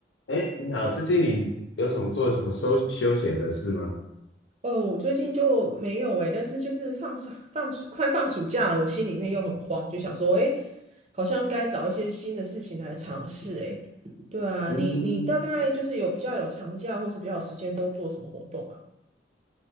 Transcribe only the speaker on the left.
哎，你好，最近你有什么做什么休休闲的事吗？
嗯，